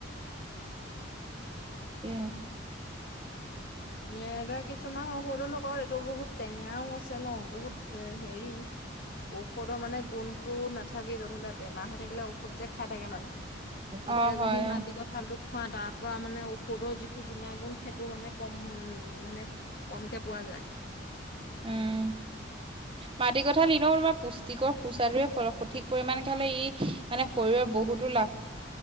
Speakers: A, on the right; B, on the left.
A: উম।
B: এ, ধৰা কিছুমান সৰুৰ লগৰ এইটো বহুত টেঙাও আছে ন' বহুত এ, হেৰি। ঔষধৰ মানে গুণটো নাথাকি ধৰি লোৱা তেমাহ হৈ থাকিলে খুদ যে খাই থাকে মানুহ,
A: অ
B: এতিয়া
A: হয়
B: যদি ইমান
A: অ
B: দিগত ভালোটো খোৱা তাৰ পৰা মানে ঔষধৰ যিটো গুণাগুণ সেইটো মানে কম মানে কমকে পোৱা যায়।
A: উম। মাটি কঠাল নিলওঁ, তোমাৰ পুষ্টিকৰ সুস্বাৰুৱে সঠিক পৰিমাণে খালে, ই মানে শৰীৰৰ বহুতো লাভ